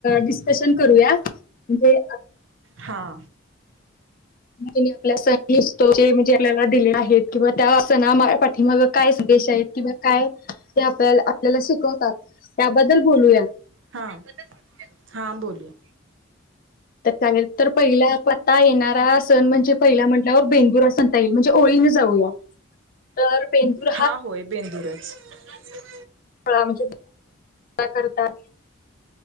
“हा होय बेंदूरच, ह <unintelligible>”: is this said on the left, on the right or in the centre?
Right